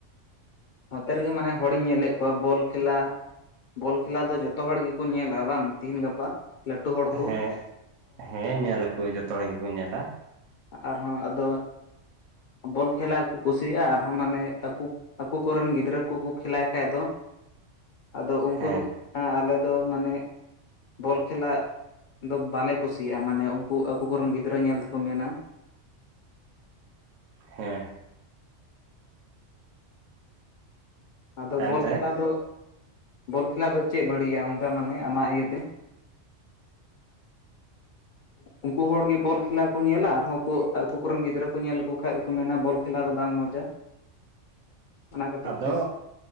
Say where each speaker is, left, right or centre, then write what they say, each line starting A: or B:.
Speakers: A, on the left; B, on the right.
A: ᱱᱚᱛᱮ ᱨᱮᱜᱮ ᱢᱟᱱᱮ ᱦᱚᱲ ᱤᱧ ᱧᱮᱞᱮᱫ ᱠᱚᱣᱟ ᱵᱚᱞ ᱠᱷᱮᱞᱟ ᱵᱚᱞ ᱠᱷᱮᱞᱟ ᱫᱚ ᱡᱚᱛᱚ ᱦᱚᱲ ᱜᱮᱠᱚ ᱧᱮᱞᱟ ᱵᱟᱝ ᱛᱤᱦᱤᱧ ᱜᱟᱯᱟ ᱞᱟᱹᱴᱩ ᱦᱚᱲ ᱠᱚ
B: ᱦᱮᱸ ᱦᱮᱸ ᱧᱮᱞ ᱟᱠᱚ ᱡᱚᱛᱚ ᱦᱚᱲ ᱜᱮᱠᱚ ᱧᱮᱞᱟ
A: ᱟᱨᱦᱚᱸ ᱟᱫᱚ ᱵᱚᱞ ᱠᱷᱮᱞᱟ ᱠᱚ ᱠᱩᱥᱤᱭᱟᱜᱼᱟ ᱟᱨᱦᱚᱸ ᱢᱟᱱᱮ ᱟᱠᱚ ᱟᱠᱚ ᱠᱚᱨᱮᱱ ᱜᱤᱫᱽᱨᱟᱹ ᱠᱚ ᱠᱚ ᱠᱷᱮᱞᱟᱭ ᱠᱷᱟᱡ ᱫᱚ ᱟᱫᱚ ᱩᱱᱠᱩ
B: ᱦᱮᱸ
A: ᱫᱚᱠᱚ ᱟᱞᱮ ᱫᱚ ᱢᱟᱱᱮ ᱵᱚᱞ ᱠᱷᱮᱞᱟ ᱫᱚ ᱵᱟᱞᱮ ᱠᱩᱥᱤᱭᱟᱜᱼᱟ ᱢᱟᱱᱮ ᱩᱱᱠᱩ ᱟᱠᱚ ᱠᱚ ᱨᱮᱱ ᱜᱤᱫᱽᱨᱟᱹ ᱧᱮᱞ ᱛᱮᱠᱚ ᱢᱮᱱᱟ
B: ᱦᱮᱸ
A: ᱟᱫᱚ
B: ᱛᱟᱭᱚᱢ
A: ᱵᱚᱞ
B: ᱛᱮ
A: ᱠᱷᱮᱞᱟ ᱫᱚ ᱵᱚᱞ ᱠᱷᱮᱞᱟ ᱫᱚ ᱪᱮᱫ ᱵᱟᱹᱲᱤᱡᱜᱼᱟ ᱚᱱᱠᱟ ᱢᱟᱱᱮ ᱟᱢᱟᱜ ᱤᱭᱟᱹᱛᱮ ᱩᱱᱠᱩ ᱦᱚᱲᱜᱮ ᱵᱚᱞ ᱠᱷᱮᱞᱟ ᱠᱚ ᱧᱮᱞᱟ ᱟᱨᱦᱚᱸ ᱟᱠᱩ ᱠᱚᱨᱮᱱ ᱜᱤᱫᱽᱨᱟᱹ ᱠᱚ ᱧᱮᱞ ᱞᱮᱠᱚ ᱠᱷᱟᱡ ᱫᱚᱠᱚ ᱢᱮᱱᱟ ᱵᱚᱞ ᱠᱷᱮ ᱠᱷᱮᱞᱟ ᱫᱚ ᱵᱟᱝ ᱢᱚᱡᱟ ᱚᱱᱟ ᱠᱷᱟᱹᱛᱤᱨ
B: ᱟᱫᱚ
A: ᱛᱮ